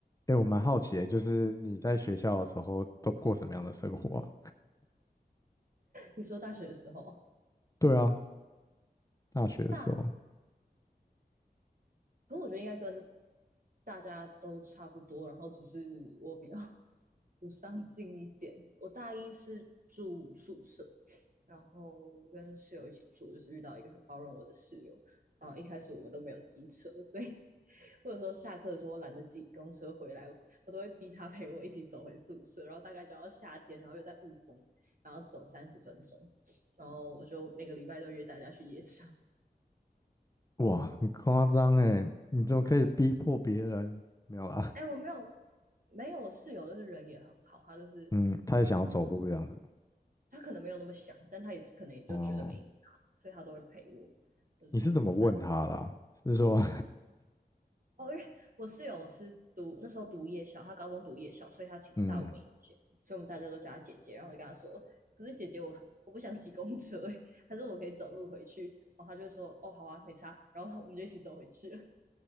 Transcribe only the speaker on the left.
哎，我蛮好奇的，就是你在学校的时候都过什么样的生活啊？
对啊，大学的时候，
哇，很夸张哎，你怎么可以逼迫别人？没有啦，
嗯，他也想要走路这样子。
哦，
你是怎么问他啦？是说，
<laughs> 嗯，